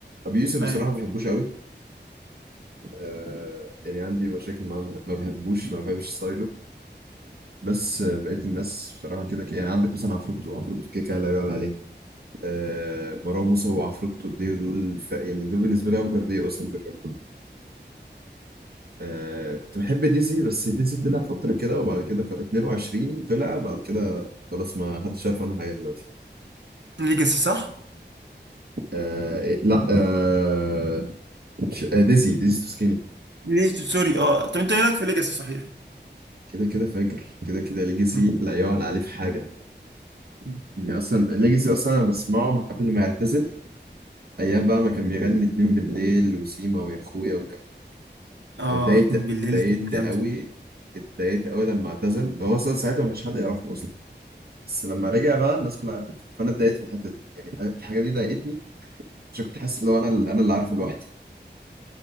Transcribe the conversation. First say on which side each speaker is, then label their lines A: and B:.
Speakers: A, on the right; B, on the right.
A: ابي يوسف
B: ايوه
A: بصراحه ما بحبوش قوي آه يعني عندي مشاكل معاه ما بحبوش ما بحبش ستايله بس آه بقيت الناس بصراحه كده ك- يعني عندك مثلا عفروتو عفروتو كده كده لا يعلى عليه آه مروان موسى وعفروتو ديو دول ف... يعني دول بالنسبه لي افجر ديو اصلا في الراب كله آه كنت بحب ديزي بس ديزي طلع فتره كده وبعد كده كان 22 طلع بعد كده خلاص ما حدش عارف عنه حاجه دلوقتي
B: ليجاسي صح
A: آه إيه- لا آه، مش آه، ديزي ديزي تو سكيني
B: ليه سوري اه طب انت ايه رايك في ليجاسي صحيح
A: كده كده فاجر كده كده ليجاسي
B: مم.
A: لا يعلى عليه في حاجه
B: مم.
A: يعني اصلا ليجاسي اصلا انا بسمعه من قبل ما يعتزل ايام بقى ما كان بيغني اتنين بالليل وسيما ويا اخويا والجو-
B: اه
A: اتضايقت
B: اتنين بالليل
A: اتضايقت
B: كان جامد
A: قوي اتضايقت قوي لما اعتزل هو اصلا ساعتها ما كانش حد يعرفه اصلا بس لما رجع بقى الناس كلها عرفته فانا اتضايقت في الحته دي يعني الحاجه دي ضايقتني عشان كنت حاسس ان هو انا اللي انا اللي عارفه لوحدي